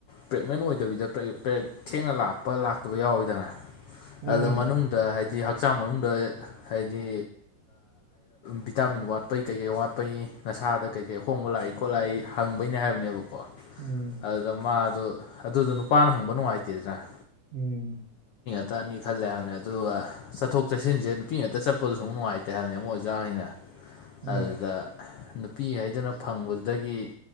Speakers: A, on the left (about 90°); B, on the right (about 65°).
A: ꯄ꯭ꯔꯦꯒꯅꯦꯟ ꯑꫭꯏꯗꯕꯤꯗ ꯊꯦꯡꯅ ꯂꯥꯛꯄ ꯂꯥꯛꯇꯕ ꯌꯥꯎꯋꯤꯗꯅ
B: ꯎꯝ
A: ꯑꯗꯣ ꯃꯅꯨꯡꯗ ꯍꯥꯏꯗꯤ ꯍꯛꯆꯥꯡ ꯍꯛꯆꯥꯡ ꯃꯅꯨꯡꯗ ꯍꯥꯏꯗꯤ ꯚꯤꯇꯥꯃꯤꯟ ꯋꯥꯠꯄꯩ ꯀꯩꯀꯩ ꯋꯥꯠꯄꯒꯤꯅꫭ ꯗꯨ ꯅꯁꯥꯗ ꯀꯩ ꯀꯩ ꯑꯍꯣꯡꯕ ꯂꯥꯛꯏ ꯈꯣꯠ ꯂꯥꯛꯏ ꯍꯪꯕꯩꯅꯦ ꯍꯥꯏꯕꯅꯦꯕꯀꯣ
B: ꯎꯝ
A: ꯑꯗꯨꯗ ꯃꯥ꯫ ꯑꯗꯣ ꯑꯗꯨꯗꯣ ꯅꯨꯄꯥꯅ ꯍꯪꯕ ꯅꯨꯡꯉꯥꯏꯇꯦꯗꯅꯥ꯫
B: ꯎꯝ
A: ꯇꯅꯤ ꯈꯜꯂꯦ ꯍꯥꯏꯕꯅꯤ ꯑꯗꯨꯒ ꯆꯠꯊꯣꯛ ꯆꯠꯁꯤꯟꯁꯦ ꯅꯨꯄꯤ ꯉꯥꯛꯇ ꯆꯠꯄꯗꯁꯨ ꯁꯨꯝꯛ ꯅꯨꯡꯉꯥꯏꯇꯦ ꯍꯥꯏꯕꯅꯦ ꯑꯃꯨꯛ ꯑꯣꯖꯥꯈꯩꯅ ꯫
B: ꯎꯝ
A: ꯑꯗꯨꯗꯥ ꯑꯍꯥꯝ ꯅꯨꯄꯤ ꯍꯥꯏꯗꯨꯅ ꯐꯪꯕꯗꯨꯗꯒꯤ